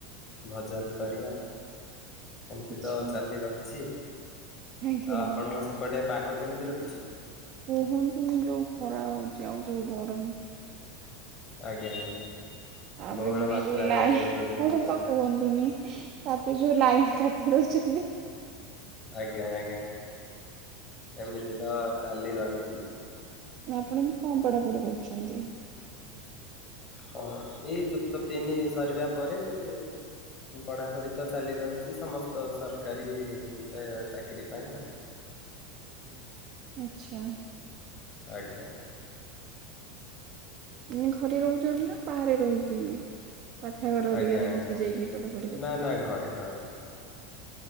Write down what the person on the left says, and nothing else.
ଭଜନ କରିବା ଏମିତି
ତ ଚାଲି ରହିଛି।
ଆଉ ଆପଣଙ୍କ ସେପଟେ ପାଗ କେମିତି ରହିଛି।
ଆଜ୍ଞା ଆଜ୍ଞା।
ବହୁଳ
ମାତ୍ରାରେ
ବୃଦ୍ଧି ହେଇଗଲାଣି
ଆଜ୍ଞା ଆଜ୍ଞା ଏମିତି ତ ଚାଲି ରହିଛି।
ହଁ ଏଇ ଯୁକ୍ତ ତିନି ସରିବା ପରେ ଏ ପଢ଼ାପଢ଼ି ତ ଚାଲି ରହିଛି ସମସ୍ତ ସରକାରୀ ଚାକିରି ପାଇଁ ଆଉ।
ଆଜ୍ଞା।
ଆଜ୍ଞା
ଆଜ୍ଞା
ନା ନା ଘରେ ଘରେ।